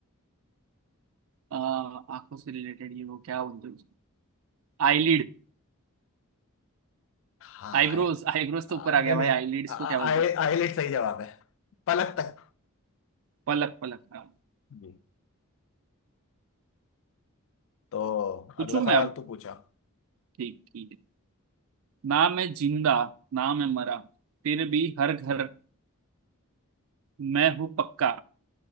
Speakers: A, on the right; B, on the left.
A: आ, आंखों से रिलेटेड ये वो क्या बोलते हैं आईलिड
B: हाँ
A: आईब्रोज
B: आ-
A: आईब्रोज तो ऊपर
B: आ- नहीं
A: आ गया
B: नहीं
A: भाई आईलिड्स को
B: आईलेट
A: क्या बोलते हैं
B: सही जवाब है पलक तक
A: पलक पलक हाँ
B: जी तो
A: पूछू
B: अगला
A: मैं
B: सवाल
A: अब
B: तू पूछा
A: ठीक ठीक है ना मैं जिंदा ना मैं मरा फिर भी हर घर मैं हूँ पक्का